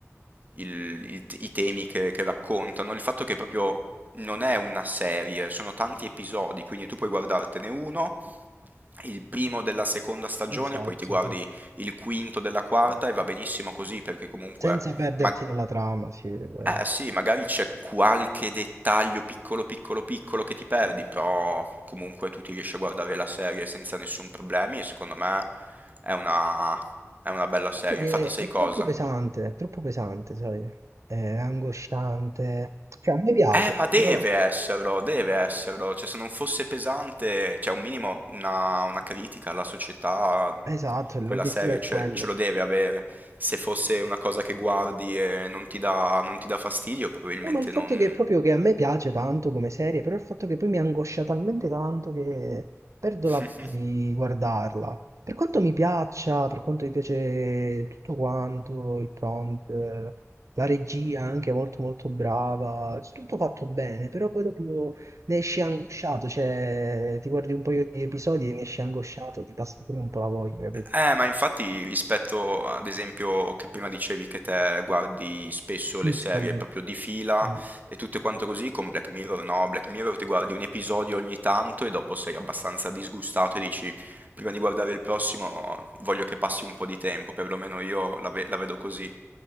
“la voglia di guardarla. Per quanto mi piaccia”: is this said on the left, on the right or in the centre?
Right